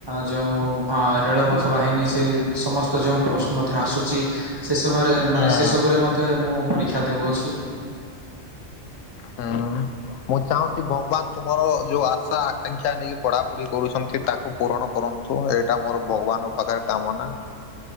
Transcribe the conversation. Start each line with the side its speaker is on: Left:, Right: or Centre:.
Right: ଯେଉଁ ହଁ ରେଳପଥ ବାହିନୀ ସେ ସମସ୍ତ ଯେଉଁ ପୋଷ୍ଟ ମଧ୍ୟ ଆସୁଛି ସେ ସମୟରେ ମାନେ
Left: ହଁ।
Right: ସେ ସବୁରେ ମତେ ମୁଁ ପରୀକ୍ଷା ଦେଉଅଛି।
Left: ହଁ। ମୁଁ ଚାହୁଁଛି ଭଗବାନ ତୁମର ଯୋଉ ଆଶା ଆକାଂକ୍ଷା ନେଇକି ପଢାପଢି କରୁଛନ୍ତି ତାକୁ ପୂରଣ କରନ୍ତୁ ଏଇଟା ମୋର ଭଗବାନଙ୍କ ପାଖରେ କାମନା।